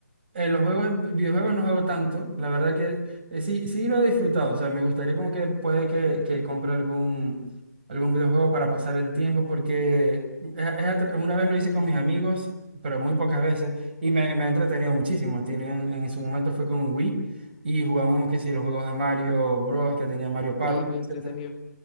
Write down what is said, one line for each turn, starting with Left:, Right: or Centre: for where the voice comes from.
Right: Eh, los juegos, videojuegos no juego tanto, la verdad que eh, sí, sí lo he disfrutado, o sea, me gustaría como que puede que, que compre algún, algún videojuego para pasar el tiempo, porque es- es atra- una vez lo hice con mis amigos, pero muy pocas veces, y me, me ha entretenido muchísimo. Tienen, en su momento fue con Wii y jugamos que si los juegos de Mario Bros, que tenía Mario Party,
Left: Sí, muy
Right: etcétera.
Left: entretenido.